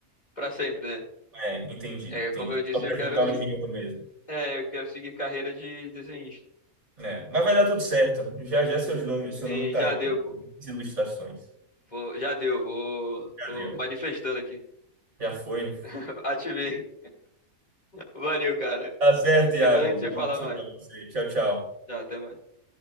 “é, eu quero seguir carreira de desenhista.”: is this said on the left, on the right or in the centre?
Left